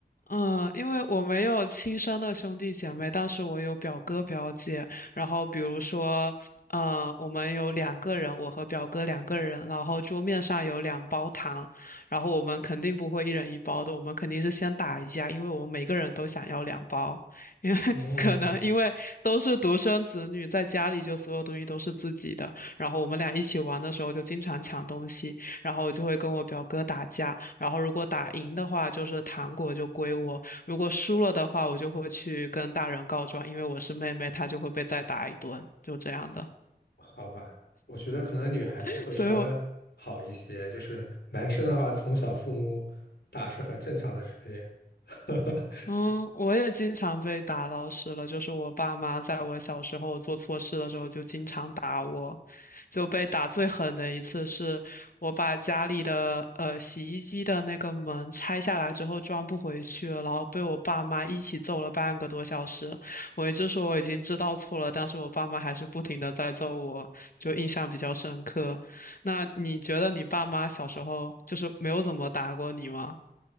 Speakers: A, on the left; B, on the left.
A: 嗯，因为我没有亲生的兄弟姐妹，但是我有表哥表姐。然后比如说，呃，我们有两个人，我和表哥两个人，然后桌面上有两包糖，然后我们肯定不会一人一包的，我们肯定是先打一架，因为我们每个人都想要两包，因为 <laughs>
B: <laughs> 哦，
A: 可能因为都是独生子女，在家里就所有东西都是自己的，然后我们俩一起玩的时候就经常抢东西。然后我就会跟我表哥打架，然后如果打赢的话，就是糖果就归我；如果输了的话，我就会去跟大人告状，因为我是妹妹，她就会被再打一顿，就这样的。
B: 好吧，我觉得可能女孩子会稍微好一些，
A: <laughs> 所以我，
B: 就是男生的话，从小父母打是很正常的事情。<laughs>
A: 嗯，我也经常被打老师了，就是我爸妈在我小时候做错事的时候就经常打我，就被打最狠的一次是我把家里的呃洗衣机的那个门拆下来之后装不回去了，然后被我爸妈一起揍了半个多小时。我一直说我已经知道错了，但是我爸妈还是不停的在揍我，就印象比较深刻。那你觉得你爸妈小时候就是没有怎么打过你吗？